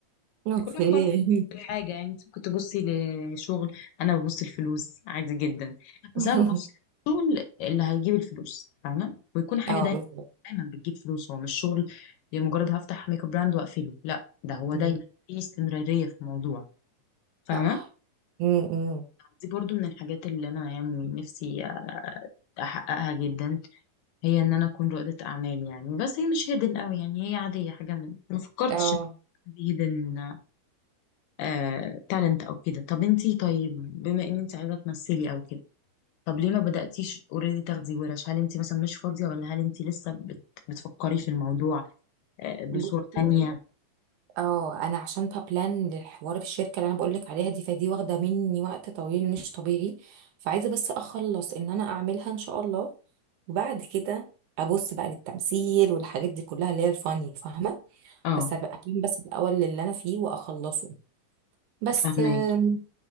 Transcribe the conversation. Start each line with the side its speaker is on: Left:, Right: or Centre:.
Right: اوكي
Left: كل واحد برضه حاجة يعني انت كنت تبصي لشغل انا ببص الفلوس عادي جدا
Right: <laughs>
Left: بس انا ببص الشغل اللي هيجيب الفلوس فاهمة ويكون حاجة
Right: اه بالظبط
Left: دايما بتجيب فلوس هو مش شغل لمجرد هفتح ميك اب براند واقفله لا ده هو
Right: مم.
Left: دايما في استمرارية في الموضوع فاهمة
Right: صح امم
Left: دي برضو من الحاجات اللي انا يعني نفسي احققها جدا هي ان انا اكون رائدة اعمال يعني بس هي مش هيدن قوي يعني هي عادية حاجة من ما فكرتش
Right: اه
Left: ان هيدن آه... تالنت او كده طب انتي طيب بما ان انت عايزة تمثلي او كده طب ليه ما بدأتيش اوريدي تاخدي ورش هل انت مثلا مش فاضية ولا هل انت لسه بت... بتفكري في الموضوع آه... بصورة
Right: بصي
Left: تانية
Right: اه انا عشان ببلان للحوار الشركه اللي انا بقولك عليها دي فدي واخده مني وقت طويل مش طبيعي فعايزه بس اخلص ان انا اعملها ان شاء الله وبعد كده ابص بقى للتمثيل والحاجات دي كلها اللي هي الفاني فاهمه
Left: اه
Right: بس هبقى أبلان بس الاول اللي انا فيه واخلصه بس
Left: فاهمة
Right: آم،